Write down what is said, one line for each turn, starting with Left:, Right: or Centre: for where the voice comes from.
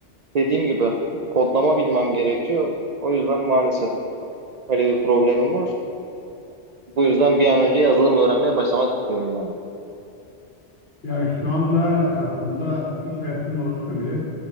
Right: dediğim gibi kodlama bilmem gerekiyor. O yüzden maalesef öyle bir problemim var. Bu yüzden bir an önce yazılım öğrenmeye başlamak istiyorum ben de.
Left: Ya şu anda aslında iş hayatında olsa bile